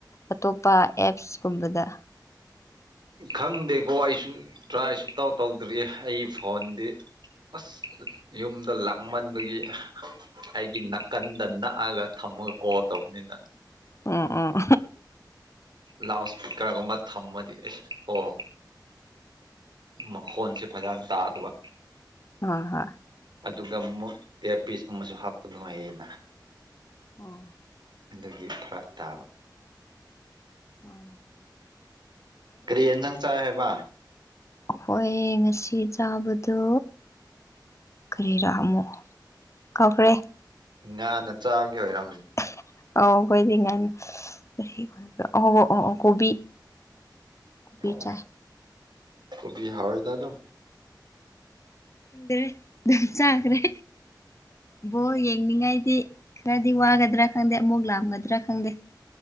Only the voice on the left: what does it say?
ꯑꯇꯣꯞꯄ ꯑꯦꯞꯁꯀꯨꯝꯕꯗ
ꯎꯝ ꯎꯝ
ꯍꯣꯏ ꯍꯣꯏ
ꯑꯣ
ꯃꯥꯅꯦ
ꯍꯈꯣꯏ ꯉꯁꯤ ꯆꯥꯕꯗꯣ ꯈꯔꯤꯔꯃꯣ ꯀꯈꯔꯦ
<unintelligible> ꯀꯣꯕꯤ ꯀꯣꯕꯤ
ꯆꯥꯏ
ꯗꯦ ꯑꯗꯨꯝ ꯆꯈꯔꯦ ꯕꯣ ꯌꯦꯡꯅꯤꯡꯉꯥꯏꯗꯤ ꯗꯤ ꯋꯥꯒꯗ꯭ꯔꯥ ꯈꯪꯗꯦ ꯑꯃꯨꯛ ꯂꯥꯝꯒꯗ꯭ꯔꯥ ꯈꯪꯗꯦ